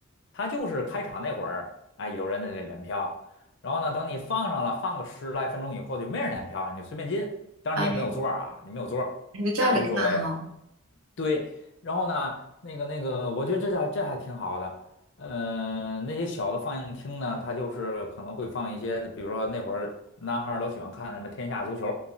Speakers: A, on the left; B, on the right.
A: 它就是开场那会儿，哎，有人在那连票，然后呢，等你放上了，放个十来分钟以后，就没人连票了，你就随便进。当然你也没有座儿啊，
B: 哎，
A: 你没有座儿，
B: 你就站着看啊、
A: 那也无所谓啊。对，然后呢，那个那个，我觉得这还这还挺好的。呃，那些小的放映厅呢，它就是可能会放一些，比如说那会儿男孩儿都喜欢看什么《天下足球》